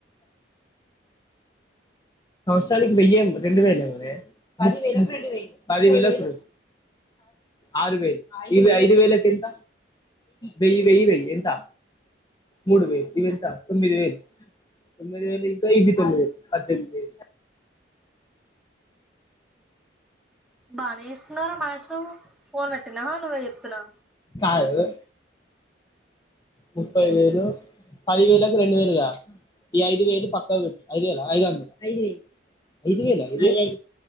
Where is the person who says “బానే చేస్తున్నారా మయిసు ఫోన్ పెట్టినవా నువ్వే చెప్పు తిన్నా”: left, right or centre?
Centre